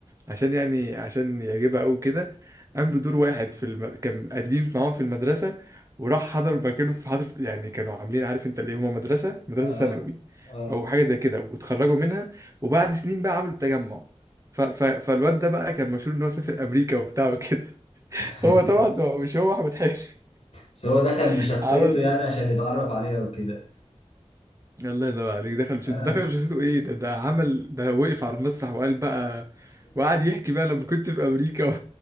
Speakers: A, on the right; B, on the left.
A: عشان يعني عشان يعجبها قوي كده قام بدور واحد في الم... كان قديم معاهم في المدرسة وراح حضر مكانه في حضر يعني كانوا عاملين عارف انت اللي هما مدرسة مدرسة
B: اه
A: ثانوي
B: اه
A: او حاجة زي كده واتخرجوا منها وبعد سنين بقى عملوا تجمع ف... ف... فالواد ده بقى كان مشهور ان هو سافر امريكا وبتاع وكده <laughs>
B: <laughs>
A: هو طبعا هو مش هو احمد حلمي
B: بس هو دخل
A: <laughs>
B: بشخصيته
A: عمل
B: يعني
A: ده
B: عشان يتعرف عليها وكده
A: الله ينور عليك دخل مش
B: اه
A: دخل مش حسيته ايه ده ده عمل ده وقف على المسرح وقال بقى وقعد يحكي بقى لما كنت في امريكا